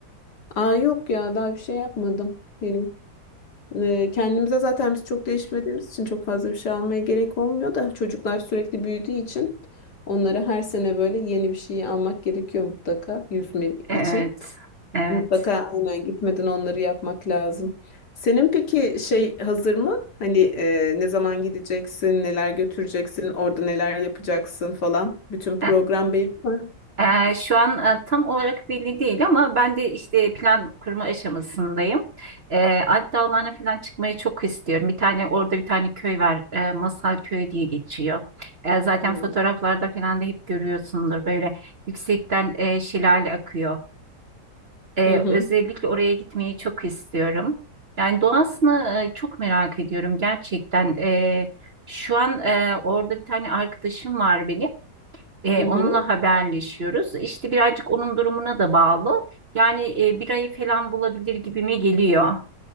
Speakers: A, on the left (about 65°); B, on the right (about 40°).
A: Aa yok ya daha bir şey yapmadım. henüz. E, kendimize zaten biz çok değişmediğimiz için çok fazla bir şey almaya gerek olmuyor da çocuklar sürekli büyüdüğü için onlara her sene böyle yeni bir şey almak gerekiyor mutlaka yüzme
B: Evet.
A: için.
B: Evet.
A: Mutlaka aynen gitmeden onları yapmak lazım. Senin peki şey hazır mı? Hani e, ne zaman gideceksin, neler götüreceksin, orada neler yapacaksın falan. Bütün program
B: E,
A: belli mi?
B: Ee, şu an e, tam olarak belli değil ama ben de işte plan kurma aşamasındayım. Ee, Alp Dağları'na falan çıkmayı çok istiyorum. Bir tane orada bir tane köy var. E, Masal Köyü diye geçiyor. E, zaten
A: Hı
B: fotoğraflarda falan da hep görüyorsundur. Böyle yüksekten e, şelale akıyor. E,
A: hı hı.
B: özellikle oraya gitmeyi çok istiyorum. Yani doğasını e, çok merak ediyorum gerçekten. E, şu an e, orada bir tane arkadaşım var benim. E,
A: hı hı.
B: onunla haberleşiyoruz. İşte birazcık onun durumuna da bağlı. Yani e, bir ayı falan bulabilir gibime geliyor.